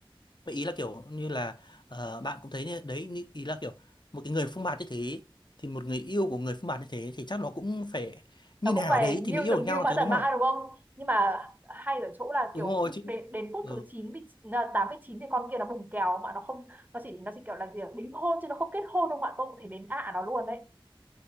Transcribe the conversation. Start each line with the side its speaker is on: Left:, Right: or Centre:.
Left: mà ý là kiểu như là ờ, bạn cũng thấy như- đấy như- ý là kiểu một cái người phông bạt như thế thì một người yêu của người phông bạt như thế thì chắc nó cũng phải như
Right: nó
Left: nào
Right: cũng phải
Left: đấy
Right: nghiêu
Left: thì mới yêu
Right: tầm
Left: được nhau
Right: nghiêu mã
Left: chứ
Right: tầm
Left: đúng không
Right: mã đúng không nhưng mà hay ở chỗ là
Left: đúng
Right: kiểu
Left: rồi chứ
Right: đến đến phút
Left: ừ.
Right: thứ chín bị là tám với chín thì con kia nó bùng kèo mà nó không nó chỉ nó chỉ kiểu là gì ạ? đính hôn chứ nó không kết hôn đâu mà tôi cũng thể đến ạ nó luôn đấy